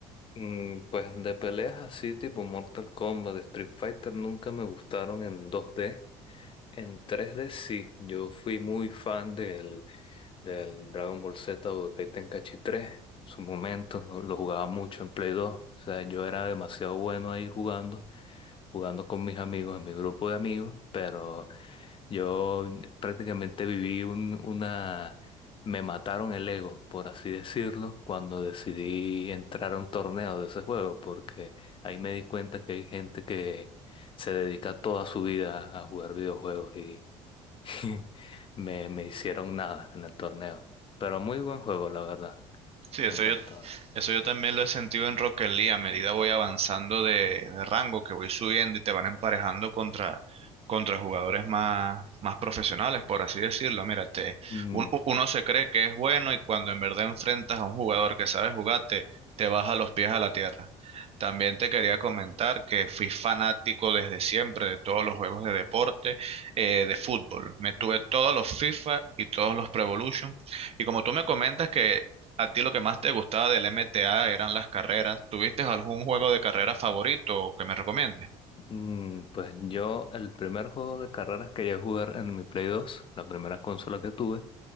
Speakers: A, on the left (about 35°); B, on the right (about 40°).
A: Mm, pues de peleas así tipo Mortal Kombat, Street Fighter nunca me gustaron en 2D. En 3D sí, yo fui muy fan del, del Dragon Ball Z Budokai Tenkaichi 3 en su momento, lo, lo jugaba mucho en Play 2. O sea, yo era demasiado bueno ahí jugando, jugando con mis amigos, en mi grupo de amigos, pero yo prácticamente viví un- una... Me mataron el ego, por así decirlo, cuando decidí entrar a un torneo de ese juego, porque ahí me di cuenta que hay gente que se dedica toda su vida a jugar videojuegos y <laughs> me, me hicieron nada en el torneo. Pero muy buen juego, la verdad.
B: Sí, eso
A: Me encantó.
B: yo, eso yo también lo he sentido en Rocket League. A medida voy avanzando de, de rango, que voy subiendo y te van emparejando contra, contra jugadores más, más profesionales, por así decirlo. Mira, te-
A: Mm,
B: un- u- uno se cree que es bueno y cuando en verdad enfrentas a un jugador que sabe jugar, te, te baja los pies a la tierra. También te quería comentar que fui fanático desde siempre de todos los juegos de deporte, eh, de fútbol. Me tuve todos los FIFA y todos los Pro Evolution. Y como tú me comentas que ¿A ti lo que más te gustaba del MTA eran las carreras? ¿Tuviste algún juego de carrera favorito que me recomiendes?
A: Mm, pues yo, el primer juego de carreras que llegué a jugar en mi Play 2, la primera consola que tuve,